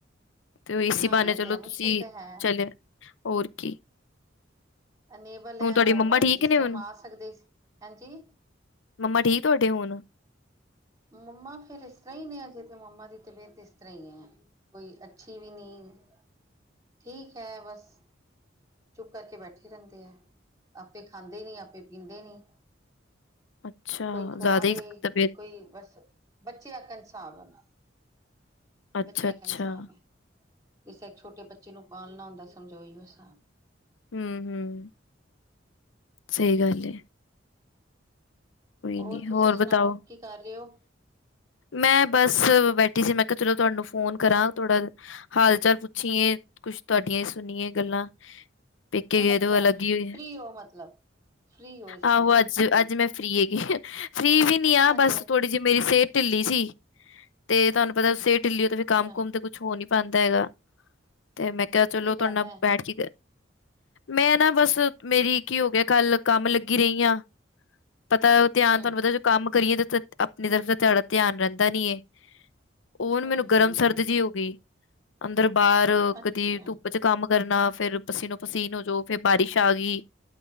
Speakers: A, on the left; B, on the right.
A: ਤੇ ਉਹ ਇਸੇ
B: ਹਾਂ
A: ਬਹਾਨੇ
B: ਇਹ
A: ਚਲੋ
B: ਤੇ ਹੈ ਮੁਸ਼ਕਿਲ
A: ਜੀ
B: ਤੇ ਹੈ।
A: ਚਲਿਆ ਹੋਰ ਕੀ
B: ਅਨੇਬਲ ਐ
A: ਤੁਹਾਡੀ
B: ਹੁਣ
A: ਮੰਮਾ ਠੀਕ
B: ਜਿਸ
A: ਨੇ
B: ਟਾਈਮ
A: ਹੁਣ
B: ਆ ਸਕਦੇ ਸੀ ਹਾਂਜੀ।
A: ਮੰਮਾ ਠੀਕ ਤੁਹਾਡੇ ਹੁਣ?
B: ਮੰਮਾ ਫੇਰ ਇਸ ਤਰ੍ਹਾਂ ਹੀ ਨੇ ਅਜੇ ਤੇ ਮੰਮਾ ਦੀ ਤਬੀਅਤ ਇਸ ਤਰ੍ਹਾਂ ਹੀ ਐ ਕੋਈ ਅੱਛੀ ਵੀ ਨਹੀਂ ਠੀਕ ਐ ਬਸ। ਚੁੱਪ ਕਰਕੇ ਬੈਠੇ ਰਹਿੰਦੇ ਐ ਆਪੇ ਖਾਂਦੇ ਨੀ ਆਪੇ ਪੀਂਦੇ ਨੀ
A: ਅੱਛਾ
B: ਕੋਈ ਖਵਾ
A: ਜ਼ਿਆਦਾ ਹੀ
B: ਦੇ
A: ਤਬੀਅਤ
B: ਕੋਈ ਬਸ ਬੱਚੇ ਐਕਣ ਸਾਬ ਐ ਉਨਾ
A: ਅੱਛਾ
B: ਬੱਚਿਆਂ
A: ਅੱਛਾ
B: ਐਕਣ ਸਾਬ ਐ ਜਿਸੇ ਇੱਕ ਛੋਟੇ ਬੱਚੇ ਨੂੰ ਪਾਲਣਾ ਹੁੰਦਾ ਸਮਝੋ ਉਹੀ ਔ ਸਾਬ ਐ
A: ਹੂੰ, ਹੂੰ ਸਹੀ ਗੱਲ ਐ
B: ਹੋਰ
A: ਨੀ
B: ਤੁਸੀਂ ਸੁਣਾਓ
A: ਬਤਾਓ
B: ਕੀ ਕਰ ਰਹੇ ਹੋ?
A: ਮੈਂ ਬਸ ਬੈਠੀ ਸੀ ਮੈਂ ਕਿਹਾ ਚਲੋ ਤੁਹਾਨੂੰ ਫੋਨ ਕਰਾਂ ਥੋਡਾ ਹਾਲ ਚਾਲ ਪੁੱਛੀਏ ਕੁਛ ਤੁਹਾਡੀਆਂ ਹੀ ਸੁਣੀਏ ਗੱਲਾਂ ਪੇਕੇ ਗਏ
B: ਅੱਛਾ
A: ਤੇ ਉਹ ਅਲੱਗ
B: ਫ੍ਰਰੀ
A: ਹੀ ਓ ਐ
B: ਹੋ ਮਤਲਬ ਫ੍ਰਰੀ ਹੋ ਇਸ
A: ਆਹੋ
B: ਟਾਈਮ
A: ਅੱਜ‌ ਅੱਜ ਮੈਂ ਫਰੀ ਹੈਗੀ ਫ੍ਰੀ ਵੀ ਨੀ ਆ
B: ਹਾਂਜੀ
A: ਬਸ ਥੋੜੀ ਜਿਹੀ ਮੇਰੀ ਸਿਹਤ ਤ ਢਿੱਲੀ ਸੀ ਤੇ ਤੁਹਾਨੂੰ ਪਤਾ ਸਿਹਤ ਢਿੱਲੀ ਹੋ ਤੇ ਫਿਰ
B: ਅੱਛਾ
A: ਕੰਮ ਕੁਮ ਤੇ ਕੁਛ ਕੁਛ ਹੋ ਨਹੀਂ ਪਾਂਦਾ ਹੈਗਾ ਤੇ ਮੈਂ ਕਿਹਾ ਚਲੋ
B: ਕੀ
A: ਤੁਹਾਡੇ
B: ਗੱਲ
A: ਨਾਲ
B: ਹੈ
A: ਬੈਠ ਕੇ ਮੈਂ ਨਾ ਬਸ ਮੇਰੀ ਕੀ ਹੋ ਗਿਆ ਕੱਲ ਕੰਮ ਲੱਗੀ ਰਹੀ ਆ ਪਤਾ ਧਿਆਨ
B: ਹਮ
A: ਤੁਹਾਨੂੰ ਪਤਾ ਜੋ ਕੰਮ ਕਰੀਏ ਤਾਂ ਤ ਆਪਣੀ ਤਰਫ ਥੋਡਾ ਧਿਆਨ ਰਹਿੰਦਾ ਨੀ ਏ ਉਹ ਹੁਣ
B: ਹਮ
A: ਮੈਨੂੰ ਗਰਮ
B: ਹਮ
A: ਸਰਦ
B: ਹਮ
A: ਜਿ ਹੋ ਗਈ ਅੰਦਰ ਬਾਹਰ
B: ਅੱਛਾ
A: ਕਦੀ ਧੁੱਪ ਚ ਕੰਮ ਕਰਨਾ ਫੇਰ ਪਸੀਨੋ ਪਸੀਨ ਹੋ ਜੋ ਫੇਰ ਬਾਰਿਸ਼ ਆ ਗਈ